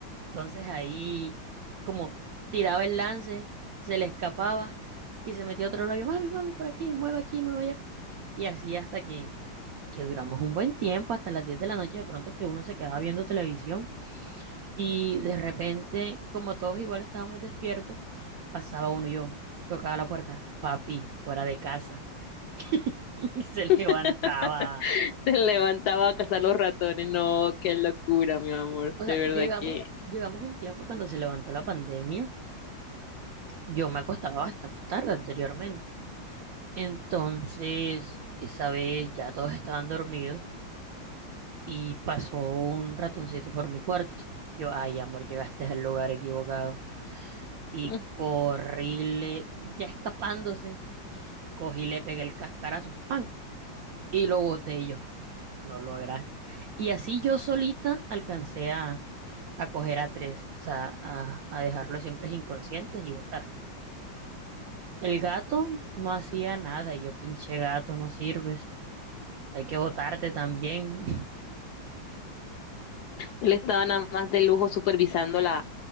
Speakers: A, on the right (about 80°); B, on the left (about 70°).
A: Entonces ahí, como tiraba el lance, se le escapaba y se metía a otro lado. yo, Mami, mami, por aquí, mueve aquí, mueve allá. Y así hasta que, que duramos un buen tiempo, hasta las 10 de la noche, de pronto que uno se quedaba viendo televisión. Y de repente, como todos igual estábamos despiertos, pasaba uno y yo, tocaba la puerta, papi, hora de casa. <laughs> Y se
B: <laughs>
A: levantaba.
B: Se levantaba a cazar los ratones. No, qué locura, mi amor.
A: O
B: De
A: sea,
B: verdad
A: llegamos,
B: que
A: llegamos un tiempo cuando se levantó la pandemia. Yo me acostaba bastante tarde anteriormente. Entonces, esa vez ya todos estaban dormidos y pasó un ratoncito por mi cuarto. Yo, ay, amor, llegaste al lugar equivocado. Y
B: <laughs>
A: corríle, ya escapándose, cogí, le pegué el cascarazo, ¡pam! Y lo boté y yo. No lograste. Y así yo solita alcancé a, a coger a tres, o sea, a, a dejarlos siempre inconscientes y botarlos. El gato no hacía nada y yo, pinche gato, no sirves. Hay que botarte también.
B: él estaba nada más de lujo supervisando la,